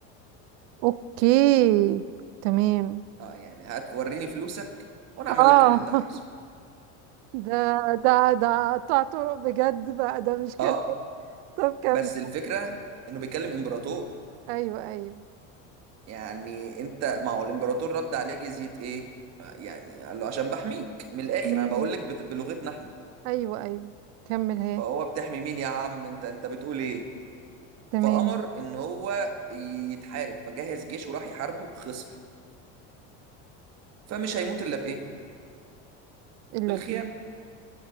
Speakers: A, on the right; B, on the right.
A: اوكي تمام
B: أه يعني هات وريني فلوسك وأنا
A: اه
B: أعمل لك اللي أنت
A: <laughs>
B: عايزه
A: ده ده ده قطع طرق بجد بقى ده مش كلام
B: أه
A: طب كمل
B: بس الفكرة إنه بيكلم إمبراطور
A: ايوه ايوه
B: يعني انت ما هو الامبراطور رد عليه جزية ايه يعني قال له عشان بحميك من الاخر
A: امم
B: انا بقول لك بت- بلغتنا احنا
A: ايوه ايوه كمل هي
B: فهو بتحمي مين يا عم انت انت بتقول ايه
A: تمام
B: فامر ان هو يتحارب فجهز جيش وراح يحاربه خسر فمش هيموت الا بايه
A: الا
B: بالخيانة
A: بايه